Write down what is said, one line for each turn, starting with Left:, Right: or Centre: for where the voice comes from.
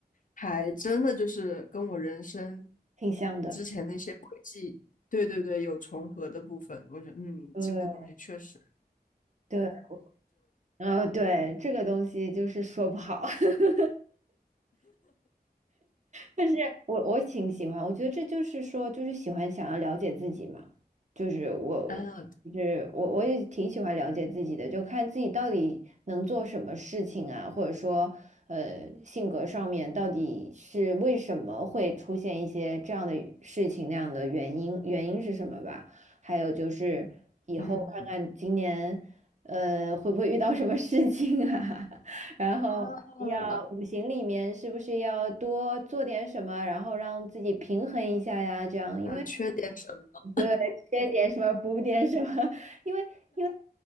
Left: 还真的就是跟我人生
Right: 挺像的。
Left: 之前那些轨迹，对对对，有重合的部分，我觉得嗯，
Right: 对
Left: 这个东西确实，
Right: 对，然后对这个东西就是说不好。<laughs> 但是我我挺喜欢，我觉得这就是说，就是喜欢想要了解自己嘛，就是我，
Left: 啊，
Right: 就是我，我也挺喜欢了解自己的，就看自己到底能做什么事情啊，或者说，呃，性格上面到底是为什么会出现一些这样的事情，那样的原因，原因是什么吧？还有就是以后看看今年，
Left: 嗯，
Right: 呃，会不会遇到什么事情啊？<laughs> 然后要五行里面是不是要多做点什么，
Left: 啊，
Right: 然后让自己平衡一下呀？这样，因为
Left: 啊，缺点什么？
Right: 对，缺点什么补点什么，<laughs> 因为因为